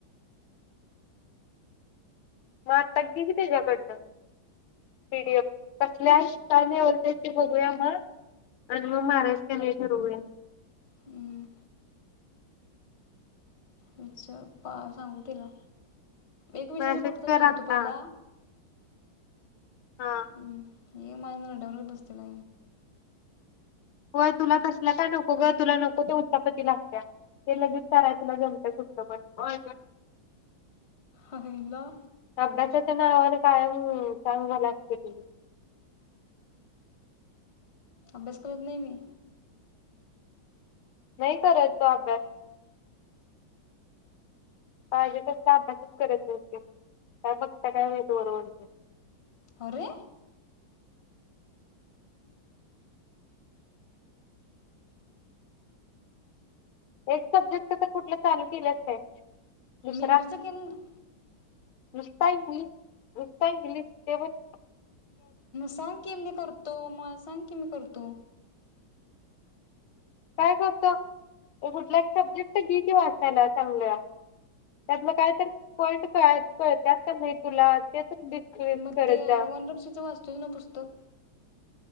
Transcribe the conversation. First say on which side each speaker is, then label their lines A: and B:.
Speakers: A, on the left; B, on the left.
A: मग आता गेली त्याच्याकडनं पीडीएफ कसल्यानेवरते ते बघूया मग आणि मग महाराष्ट्रने ठरवूया
B: हम्म विच सांगू तिला एक विषयच
A: मेसेज
B: कुठ तर
A: कर
B: सांगू
A: आता
B: तू पहिला
A: हा
B: हम्म ये मायंद रडव बस्तला
A: होय तुला तसल्या काय नको ग तुला नको ते उत्तापती लागत्या ते लगेच कराय तुला जमतं कुटलं पण
B: हला
A: अभ्यासाच्या नावानं कायम काांग मलाते तु
B: अभ्यास करत नाही मी
A: नाही करत तो आब्यास पाहिजे तस अभ्यासच करत नव्हतते का बघता काय माहित वर वरच
B: अरे
A: एक सब्जेक्टच तर कुठलं चालू केल्यास काय दुसरा
B: मिग्लीच केलेन
A: नुसता इंग्लिश नुसता इंग्लिश तेवण
B: सांग की मी करतो मला सांग की मी करतो
A: काय करतो कुठला एक सब्जेक्ट घे की वाचायला चांगल त्यातलं कायतरी पॉइंट त्यात नाही तुला ते डिस्कस
B: मग
A: करत
B: ते
A: जा
B: वनरक्षेचं वाचतोस ना पुस्तक?